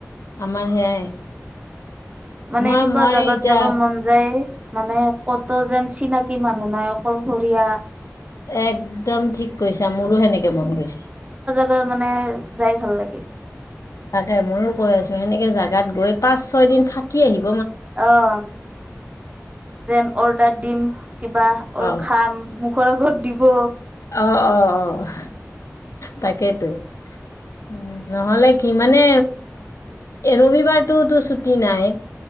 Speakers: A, on the left; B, on the right.
A: আমাৰ <unintelligible>
B: মানে
A: মই
B: এনেকুৱা
A: মই
B: জাগাত
A: এতিয়া
B: যাব মন যায়, মানে ক'তো যেন চিনাকি মানুহ নাই, অকলশৰীয়া।
A: এক একদম ঠিক কৈছা, মোৰো সেনেকে মন গৈছে।
B: গা মানে যাই ভাল লাগে।
A: তাকে ময়ো কৈ আছো, সেনেকে জোগাত গৈ পাঁচ, ছয় দিন থাকি আহিম।
B: অ' যেন অৰ্ডাৰ দিম কিবা অৰ
A: অ
B: খাম মুখৰ আগত। দি'ব।
A: অ' অ' অ', তাকেতো। উম, নহ'লে কি মানে, এ ৰবিবাৰটোও টোচ ছুটী নাই।